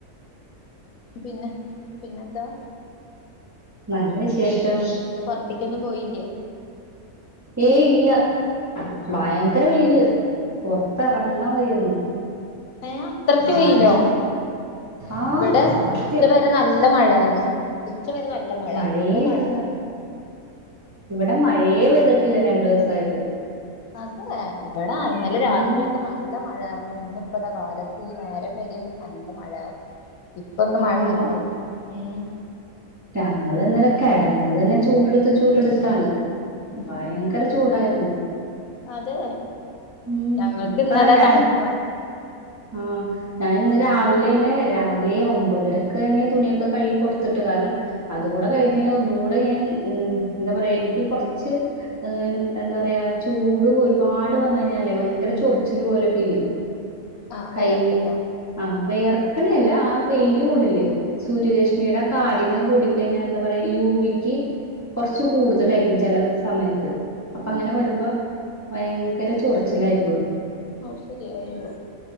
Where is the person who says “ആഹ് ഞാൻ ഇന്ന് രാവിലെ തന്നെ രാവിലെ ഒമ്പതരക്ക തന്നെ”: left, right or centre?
Right